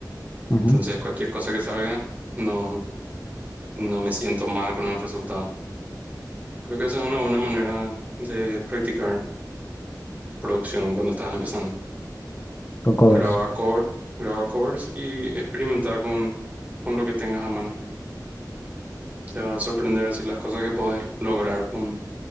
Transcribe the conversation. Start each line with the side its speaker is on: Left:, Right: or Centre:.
Left: Ujú.
Right: Entonces, cualquier cosa que salga, no, no me siento mal con el resultado. Creo que esa es una buena manera de practicar producción cuando estás empezando.
Left: Con covers.
Right: Graba core, graba covers y experimenta con, con lo que tengas a mano. Te va a sorprender así las cosas que puedes lograr con